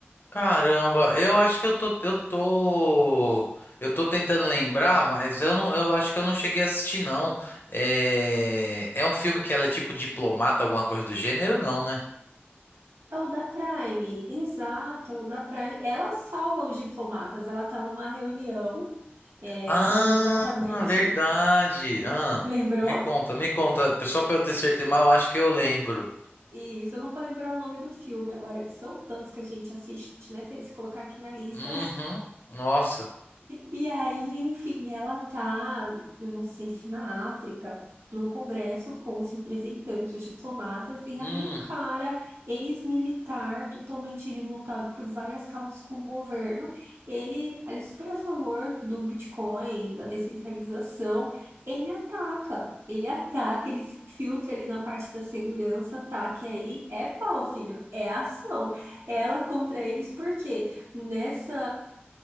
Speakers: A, on the left (about 55°); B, on the right (about 85°).
A: Caramba, eu acho que eu tô, eu tô, eu tô tentando lembrar, mas eu não, eu acho que eu não cheguei a assistir, não. É, é um filme que ela é tipo diplomata, alguma coisa do gênero, não, né?
B: É o da Prime, exato, é o da Prime. Ela salva os diplomatas, ela tá numa reunião, é,
A: Ah,
B: falando exatamente.
A: verdade. Ah,
B: <laughs> Lembrou?
A: me conta, me conta. Só pra eu ter certeza, mas eu acho que eu lembro.
B: Isso, eu não vou lembrar o nome do filme agora, que são tantos que a gente assiste, né, Fê? Se colocar aqui na lista,
A: Uhum, nossa.
B: e aí, enfim, ela tá, eu não sei se na África, num congresso com os representantes diplomatas, e
A: Hum,
B: aí um cara, ex-militar, totalmente revoltado por várias causas com o governo, ele, ele é super a favor do Bitcoin, da descentralização, ele ataca, ele ataca, ele se filtra ali na parte da segurança, ataque aí é pau, filho, é ação. Ela contra eles, por quê? Nessa.